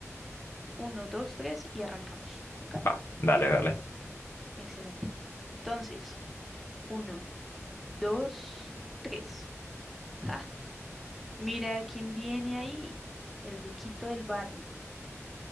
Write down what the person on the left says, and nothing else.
Va, dale, dale.